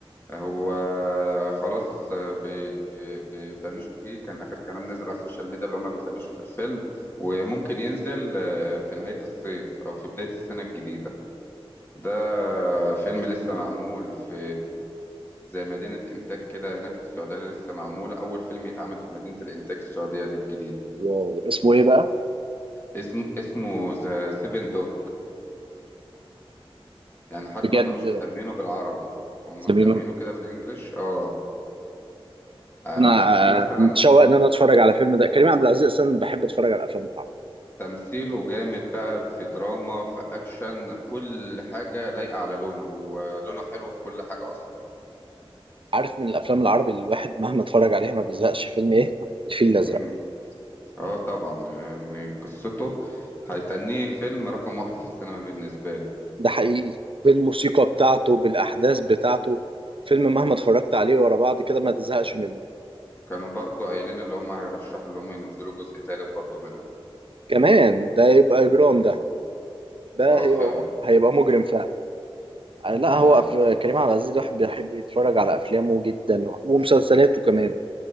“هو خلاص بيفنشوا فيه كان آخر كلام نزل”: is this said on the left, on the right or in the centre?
Left